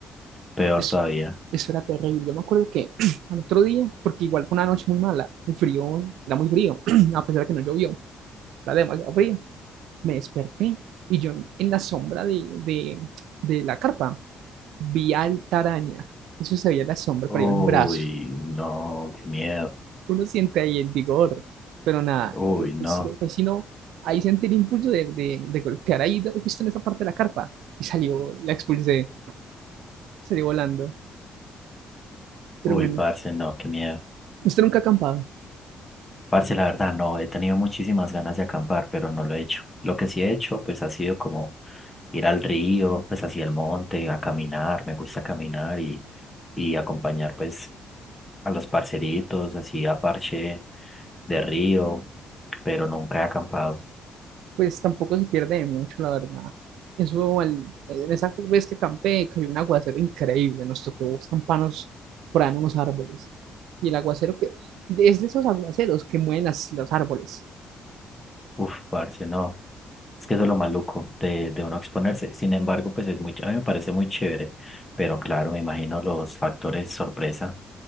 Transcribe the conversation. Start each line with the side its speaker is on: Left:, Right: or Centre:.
Left: peor
Right: eso,
Left: todavía.
Right: eso era terrible. Yo me acuerdo que <clears throat> al otro día, porque igual fue una noche muy mala, un frío, era muy frío, <clears throat> a pesar de que no llovió, era demasiado frío. me desperté y yo en la sombra de, de, de la carpa vi al taraña. Eso se veía en la sombra,
Left: Uy,
Right: pero iba en un brazo.
Left: no, qué miedo.
Right: Uno siente ahí el vigor, pero nada, eh,
Left: Uy, no.
Right: pues, si- no, pues, si no, ahí sentí el impulso de, de, de golpear ahí de- justo en esa parte de la carpa y salió, la expulsé, salió volando. Pero
Left: Uy,
Right: bueno,
Left: parce, no, qué miedo.
Right: usted nunca ha acampado.
Left: Parce, la verdad, no, he tenido muchísimas ganas de acampar, pero no lo he hecho. Lo que sí he hecho, pues ha sido como ir al río, pues hacia el monte, a caminar, me gusta caminar y, y acompañar pues a los parceritos, así a parche de río, pero nunca he acampado.
Right: pues tampoco se pierde de mucho, la verdad. Eso, al- en esa vez que campé, cayó un aguacero increíble, nos tocó campanos por ahí en unos árboles. Y el aguacero que, es de esos aguaceros que mueven las, los árboles.
Left: Uf, parce, no, es que eso es lo maluco de, de uno exponerse. Sin embargo, pues es muy, ch- a mí me parece muy chévere, pero claro, me imagino los factores sorpresa.